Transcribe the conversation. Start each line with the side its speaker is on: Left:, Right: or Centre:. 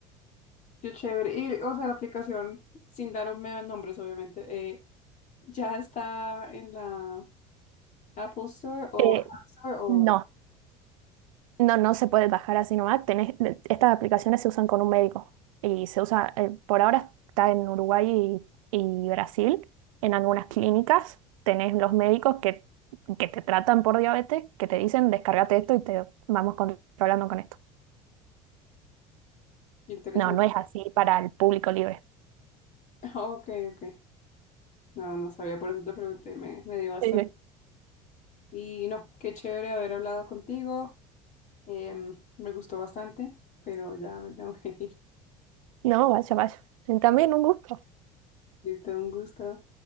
Left: Yo chévere. Y, o sea, la aplicación, sin darme nombres, obviamente, eh, ya está en la Apple Store o
Right: Eh,
Left: App Store o.
Right: no, No, no se puede bajar así nomás. Tenés, le- estas aplicaciones se usan con un médico y se usa, eh, por ahora está en Uruguay y, y Brasil. En algunas clínicas tenés los médicos que, que te tratan por diabetes, que te dicen descárgate esto y te vamos controlando con esto.
Left: Qué interesante.
Right: No, no es
Left: <laughs>
Right: así para el público libre.
Left: Ah, ok, ok. No, no sabía, por eso te pregunté, me, me dio bastante.
Right: Sí, sí.
Left: Y no, qué chévere haber hablado contigo. Em, me gustó bastante, pero ya me tengo que <laughs> ir.
Right: No, vaya, vaya. También un gusto.
Left: Listo, un gusto.